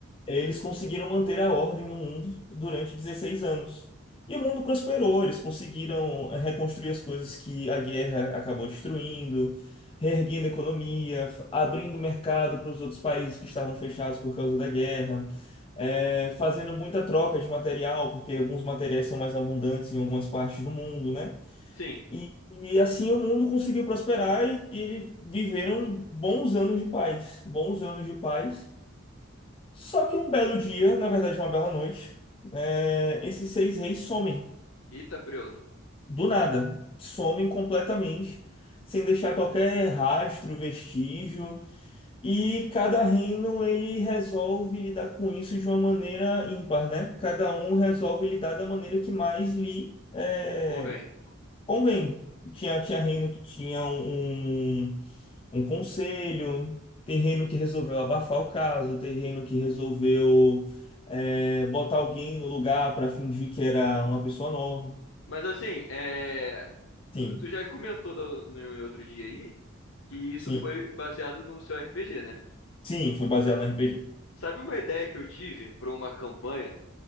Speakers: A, on the left; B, on the left.
A: eles conseguiram manter a ordem no mundo durante 16 anos. E o mundo prosperou, eles conseguiram é, reconstruir as coisas que a guerra acabou destruindo, reerguendo a economia, f- abrindo mercado para os outros países que estavam fechados por causa da guerra, é, fazendo muita troca de material, porque alguns materiais são mais abundantes em algumas partes do mundo, né?
B: sim.
A: E, e assim o mundo conseguiu prosperar e, e eles viveram bons anos de paz, bons anos de paz. Só que um belo dia, na verdade uma bela noite, é, esses seis reis somem,
B: Eita, preula.
A: do nada, somem completamente, sem deixar qualquer rastro, vestígio. E cada reino ele resolve lidar com isso de uma maneira ímpar, né? Cada um resolve lidar da maneira que mais lhe é,
B: Convém.
A: Convém. Tinha, tinha
B: Sim.
A: reino que tinha um, um, um conselho, tem reino que resolveu abafar o caso, tem reino que resolveu é, botar alguém no lugar para fingir que era uma pessoa nova.
B: Mas assim, é.
A: Sim,
B: Tu, tu já comentou da- no, em outro dia aí que isso
A: sim,
B: foi baseado no seu RPG, né?
A: sim, foi baseado no RPG.
B: Sabe uma ideia que eu tive para uma campanha,